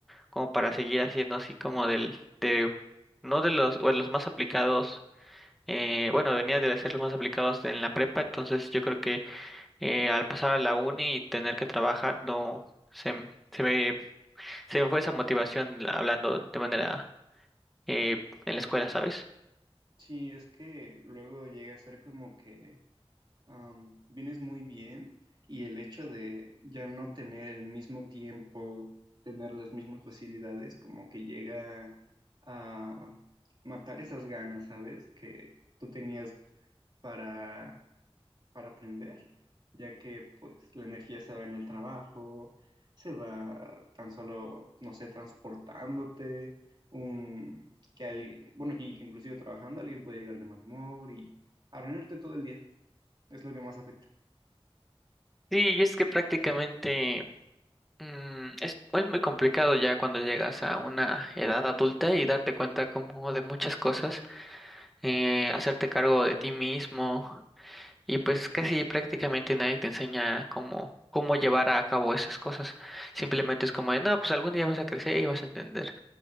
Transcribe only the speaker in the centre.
como para seguir haciendo así como del, de, no de los, o de los más aplicados, eh, bueno, venía de ser los más aplicados en la prepa, entonces yo creo que eh, al pasar a la uni y tener que trabajar, no, se, m- se me, se me fue esa motivación la- hablando de manera eh, en la escuela, ¿sabes?
Sí, y es que prácticamente mm, es, es muy complicado ya cuando llegas a una edad adulta y darte cuenta como de muchas cosas, eh, hacerte cargo de ti mismo Y pues casi prácticamente nadie te enseña cómo, cómo llevar a cabo esas cosas. Simplemente es como de, no, pues algún día vas a crecer y vas a entender.